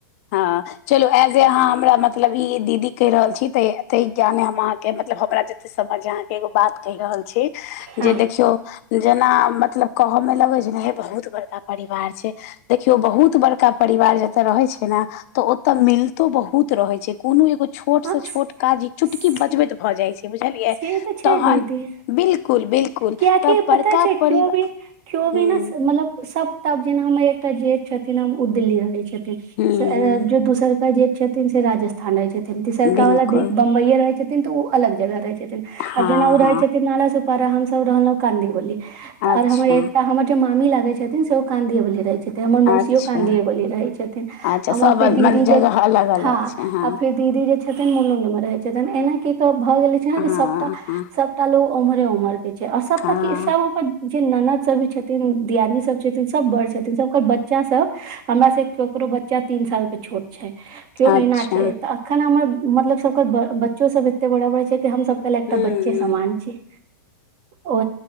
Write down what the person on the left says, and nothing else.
हँ चलू एज अहाँ हमरा मतलब ई दीदी कहि रहल छी त ते ज्ञाने हम अहाँके मतलब हमरा समझ अहाँ के एगो बात कहि रहल छी
जे देखियौ जेना मतलब कहऽ मे लगै छै ने हे बहुत बड़का परिवार छै देखियौ बहुत बड़का परिवार जतय रहे छै ने तऽ ओतऽ मिलतो बहुत रहे छै कोनो एगो छोट
से छोट काज ई चुटकी
बजबैत भए जाइ छै बुझलियै
तहन
बिल्कुल बिल्कुल
तऽ
बड़का
परिवार
हूँ
हूँ हूँ
बिल्कुल,
हाँ,
हाँ,
अच्छा,
अच्छा,
अच्छा
सब
अल-
मतलब जगह
अलग-अलग
छै, हाँ,
हाँ,
हाँ,
हाँ,
अच्छा,
हुँ,